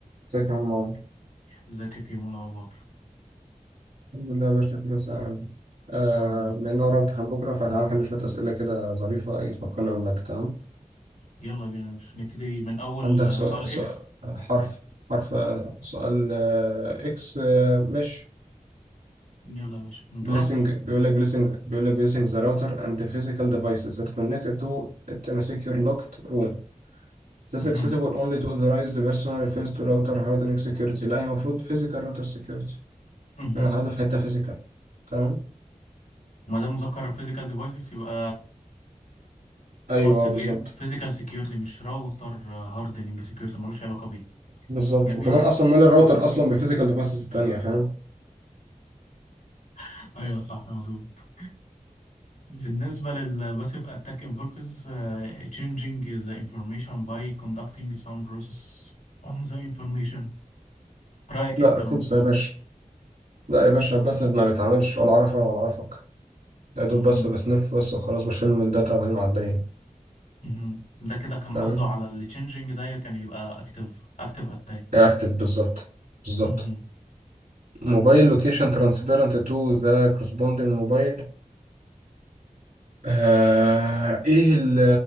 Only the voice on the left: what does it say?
ازيك يا كيمو إيه الاخبار
يا رب دايما
يلا بينا يا باشا نبتدي من اول
آه،
سؤال
اكس
يلا يا باشا من
دورك
مهم.
مهم.
ما دام ذكر فيزيكال ديفايسز يبقى
خاص بايه
فيزيكال سكيورتي مش راوتر هاردنج سكيورتي ملوش علاقه بيه
جميل
<laughs> ايوه صح مظبوط بالنسبه للباسيف اتاك انفولفز changing the information by conducting some process on the information رايك
إيه في الكلام
ده
<laughs>
مهم. ده كده كان
قصده على اللي changing ده كان يبقى active active attack
مهم.